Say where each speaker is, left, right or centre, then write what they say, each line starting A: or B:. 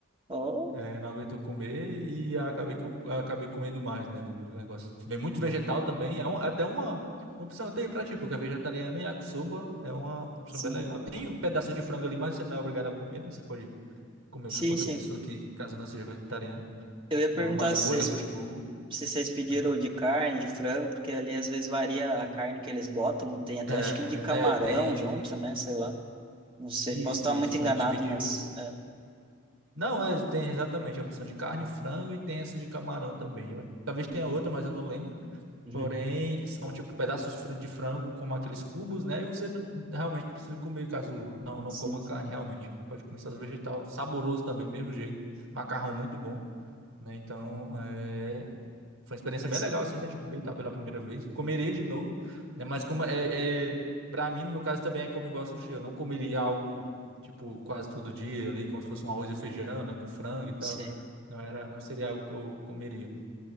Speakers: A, on the right (about 25°); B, on the right (about 85°).
A: Oh,
B: é, não aguentou comer e acabei, que eu- acabei comendo mais, né, do, do negócio. Vem muito vegetal também, é um- é até uma, uma opção até aí pra ti, porque é vegetariano e yakisoba é uma opção
A: sim.
B: bem legal. Tem pedaços de frango ali, mas você não é obrigado a comer, né? Você pode comer
A: Sim,
B: com outra
A: sim.
B: pessoa que, caso não seja vegetariano.
A: Eu
B: Então,
A: ia perguntar
B: mas o
A: se
B: molho
A: vocês,
B: é gostoso.
A: se vocês pediram
B: Aham.
A: de carne, de frango, porque ali às vezes varia a carne que eles botam. Tem até
B: É,
A: acho que de camarão
B: é, tem,
A: junto,
B: tem.
A: né? Sei lá. Não sei.
B: Isso,
A: Posso estar
B: isso.
A: muito enganado,
B: A gente pediu.
A: mas. É.
B: Não, é, tem exatamente a opção de carne, frango e tem essa de camarão também. Eu- talvez tenha
A: Hum.
B: outra, mas eu não lembro.
A: Uhum.
B: Porém, são tipo pedaços de fran- de frango, como aqueles cubos, né? E você não- realmente não precisa comer caso não, não
A: <laughs> Sim,
B: coma carne, realmente. Você pode comer só os vegetal, saboroso também, do mesmo jeito. Macarrão muito bom, né? Então, é, foi uma experiência
A: mas.
B: bem legal, assim, né? De comer, e tal Pela primeira vez. Comeria de novo, né? Mas como é, é... Pra mim, no meu caso, também é como igual sushi. Eu não comeria algo, tipo, quase todo dia ali, como se fosse um arroz e feijão, né? Com frango e tal.
A: Sim.
B: Não era, não seria algo que eu comeria.